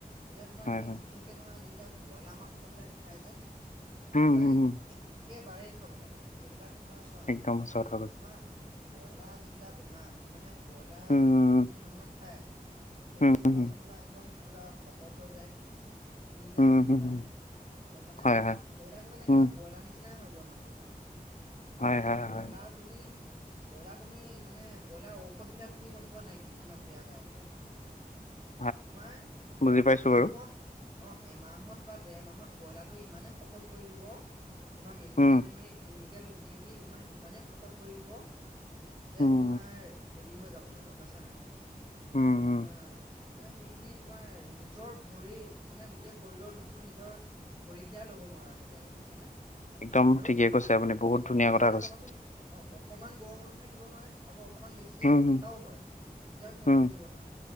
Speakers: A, on the right (about 35°); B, on the left (about 50°).
A: এতিয়া তোমাৰ
B: হয়,
A: সেই
B: হয়,
A: বিশেষকে তোমাৰ যিবিলাক ব্ৰইলাৰ মাংস বিলাক খাই যে সেইবিলাক
B: উম, উম, উম।
A: একেবাৰেই খাব নালাগে সেইবিলাক তোমাৰ চোৱা
B: একদম সঁচা কথা কৈছে।
A: তোমাৰ ব্ৰইলাৰ যিকেইটা বেমাৰ মানে ব্ৰইলাৰ
B: উম,
A: যিখিনি মানুহে খায় সেইখিনি
B: উম,
A: চাবাচোন
B: উম,
A: তোমাৰ একদম পোৰা শকত হৈ যায়, ফুলি যায়
B: উম,
A: মানুহ
B: উম,
A: বিলাক
B: উম,
A: বিলাক গম পাইছা নে?
B: হয়, হয়,
A: সেইবিলাকো মানে
B: উম,
A: কিবা ব্ৰইলাৰ নিচিনাই হৈ পৰে মানুহ বিলাক।
B: হয়,
A: আৰু মানে
B: হয়,
A: ব্ৰইলাৰ
B: হয়,
A: তুমি ব্ৰইলাৰ তুমি মানে ব্ৰইলাৰ ঔষধ বিলাক তুমি গম পোৱা নাই, কি কিমান বেয়া বেয়া ঔষধ দিয়ে।
B: <inaudible>
A: তোমাৰ
B: বুজি পাইছো
A: এমাহত
B: বাৰু।
A: অ এমাহত বা ডেৰ মাহত ব্ৰইলাৰটো ইমানে শকত কৰি দিব, তোমাৰ মেডিচেন
B: উম,
A: মাৰি মাৰি কেমিকেল দি দি তোমাৰ ইমানেই শকত কৰি দিব, যে
B: উম,
A: তোমাৰ হেৰি হৈ যাবগে গম পাইছা নাই?
B: উম, উম,
A: তোমাৰ মানে সেইখিনি তোমাৰ নিজৰ ভৰি মানে গোটেই শৰীৰৰ লু টো নিজৰ ভৰিকেইটাই ল'ব নোৱাৰা হৈ যায়, গম পাইছা নে?
B: একদম
A: আৰু
B: ঠিকে কৈছে আপুনি বহুত
A: অ
B: ধুনীয়া
A: সিহঁতে
B: কথা কৈছে।
A: চাবাচোন অ অকণমান গৰমতো থাকিব নোৱাৰে। আকৌ অকণমান বেছি যদি
B: উম,
A: ঠাণ্ডাও
B: উম,
A: হয় তেতিয়াও সিহঁতে
B: উম,
A: থাকিব নোৱাৰে,